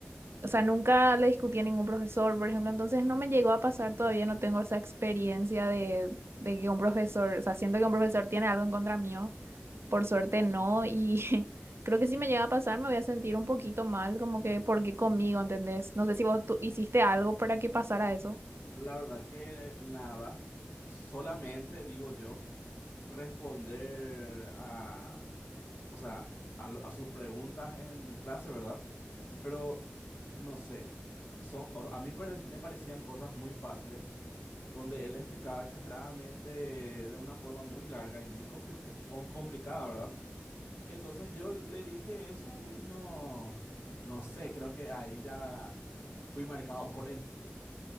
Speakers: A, on the right (about 85°); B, on the left (about 70°).
A: O sea, nunca le discutí a ningún profesor, por ejemplo, entonces no me llegó a pasar todavía, no tengo esa experiencia de, de que un profesor, o sea, siento que un profesor tiene algo en contra mío, por suerte no, y <laughs> creo que si me llega a pasar me voy a sentir un poquito mal, como que, ¿por qué conmigo? ¿Entendés? No sé si vos tú hiciste algo para que pasara eso.
B: La verdad que eh, nada, solamente digo yo, responder a, o sea, a lo- a sus preguntas en clase, ¿verdad? Pero no sé, son, o- a mí parec- me parecían cosas muy fáciles, donde él explicaba exageradamente de una forma muy larga y muy complica- pon- complicada, ¿verdad? Y entonces yo le dije eso y no, no sé, creo que ahí ya fui marcado por él.